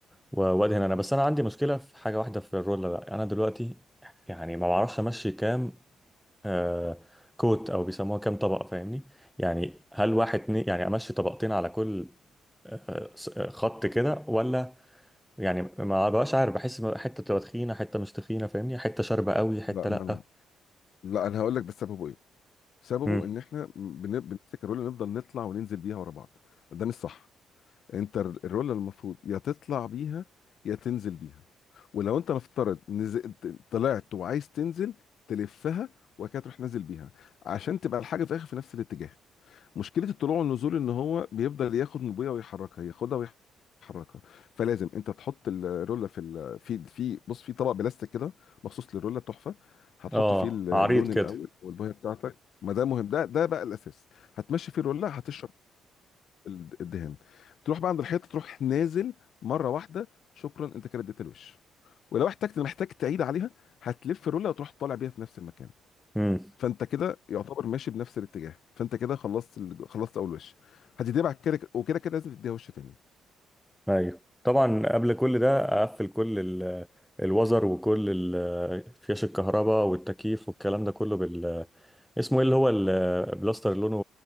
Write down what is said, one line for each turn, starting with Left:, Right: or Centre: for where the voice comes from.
Centre: و- وادهن انا بس انا عندي مشكله في حاجه واحده في الرولر بقى انا دلوقتي يعني ما بعرفش امشي كام آه كوت او بيسموها كام طبقه فاهمني يعني هل واحد اتنين يعني امشي طبقتين على كل آه س- آه، خط كده ولا يعني ما بقاش عارف بحس إن حته تبقى تخينه حته مش تخينه فاهمني حته شاربه قوي حته
Left: لا ما
Centre: لا
Left: انا لا انا هقول لك ده سببه ايه سببه
Centre: امم
Left: ان احنا بن- بنمسك الرولة نفضل نطلع وننزل بيها ورا بعض ده مش صح انت الرول المفروض يا تطلع بيها يا تنزل بيها ولو انت نفترض نز... طلعت وعايز تنزل تلفها وبعد كده تروح نازل بيها عشان تبقى الحاجه في الاخر في نفس الاتجاه مشكله الطلوع والنزول ان هو بيفضل ياخد من ابويا ويحركها ياخدها ويحركها فلازم انت تحط الروله في ال... في في بص في طبق بلاستيك كده مخصوص للروله تحفه هتحط
Centre: اه
Left: فيه اللون
Centre: عريض
Left: الاول
Centre: كده
Left: والبويه بتاعتك ما ده مهم ده ده بقى الاساس هتمشي فيه الروله هتشرب ال- الدهان تروح بقى عند الحيطه تروح نازل مره واحده شكرا انت كده اديت الوش ولو احتجت محتاج تعيد عليها هتلف رولة وتروح طالع بيها في نفس المكان
Centre: امم
Left: فانت كده يعتبر ماشي بنفس الاتجاه فانت كده خلصت ال... خلصت اول وش هتديها بعد كده وكده كده لازم تديها وش تاني
Centre: ايوه طبعا قبل كل ده اقفل كل ال- الوزر وكل ال- فيش الكهرباء والتكييف والكلام ده كله بال اسمه ايه اللي هو البلاستر اللي لونه